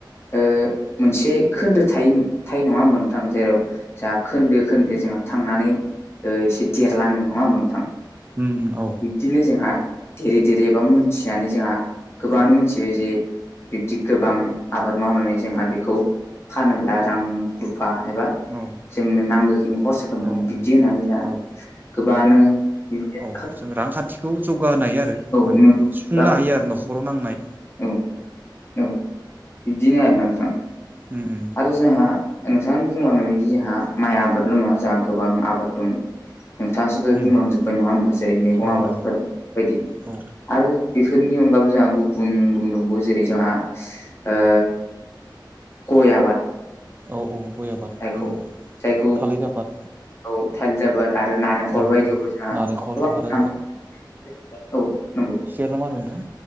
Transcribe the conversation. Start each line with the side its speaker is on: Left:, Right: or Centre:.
Left: ओ मोनसे खोन्दो थाय थायो नङा होनोमा नोंथां जेराव जा खोन्दो खोन्दो जोंहा थांनानै ओ एसे देरलाङो नङा होमबा नोंथां।
Right: उम उम औ
Left: बिबदिनो जोंहा देरै देरै एबा मोनथिनानै जोंहा गोबाङानो मोनथिबाय जे बिब्दि गोबां आबाद मावनानै जोंहा बेखौ फानोब्ला रां रुफा एबा
Right: औ
Left: जोंनो नांगौखिनि खरसाखौ मोनो
Right: औ
Left: बिब्दि होननानै दा
Right: औ
Left: गोबांङानो <unintelligible>
Right: औ जों रांखान्थिखौ जौगाहोनो हायो आरो
Left: औ
Right: माने
Left: नंगौ
Right: सुफुंनो
Left: रां
Right: हायो आरो न'खराव नांनाय
Left: औ औ बिदिनो आरो ना नोंथां।
Right: उम उम
Left: आरो जोंहा नोंथांङानो बुंलांनाय बायदि जोंहा माइ आबादल' नङा जोंहा गोबां आबाद दं। नोंथाङासो दहाय
Right: उम
Left: बुंलांजोबबाय नङा होमबा जेरै- मैगं
Right: औ
Left: आबादफोर
Right: औ
Left: बायदि।
Right: औ
Left: आरो बेफोरनि अनगाबबो जोंहा गुबुन गुबुन दंबावो जेरै जोंहा ओ गय आबाद
Right: औ औ गया आबाद।
Left: जायखौ
Right: औ
Left: जायखौ
Right: थालिर आबाद
Left: ओ औ <unintelligible> आरो नारेंखल
Right: औ
Left: बायदियावबो
Right: औ
Left: जोंहा
Right: नारेंखल
Left: गोबां
Right: आरो
Left: <unintelligible> औ नंगौ
Right: सेरना मा होन नोंथां?